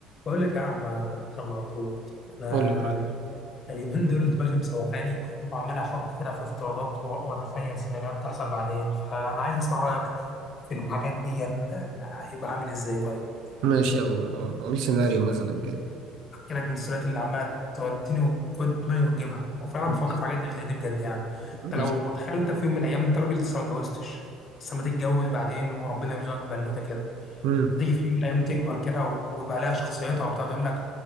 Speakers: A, on the left (about 35°); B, on the right (about 70°).
A: بقول لك يا عم عم عبود انا
B: قول لي قول لي.
A: اليومين دول دماغي مسوحاني وعمال احط كده في افتراضات و- واتخيل سيناريوهات تحصل بعدين فانا عايز اسمع رايك في الحاجات دي يعني هيبقى عامل ازاي طيب
B: ماشي يلا آه، قول سيناريو مثلا كده
A: احكي لك من السيناريوهات اللي عماله توديني وتود دماغي وتجيبها وفعلا
B: ماشي
A: بفكر في حاجات زي دي بجد يعني انت
B: ماشي.
A: لو تخيل انت في يوم من الايام انت راجل لسه ما اتجوزتش بس لما تتجوز بعدين وربنا يرزقك ببنوته كده
B: مم.
A: هتيجي في يوم من الايام تكبر كده و- ويبقى لها شخصيتها وبتاع تقول لك